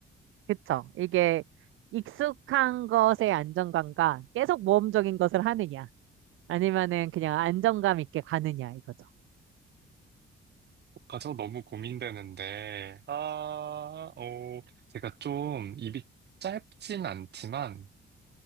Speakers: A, on the right; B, on the right.
A: 그쵸. 이게 익숙한 것의 안정감과 계속 모험적인 것을 하느냐, 아니면은 그냥 안정감 있게 가느냐, 이거죠.
B: 아, 저 너무 고민되는데, 아, 어, 제가 좀 입이 짧진 않지만,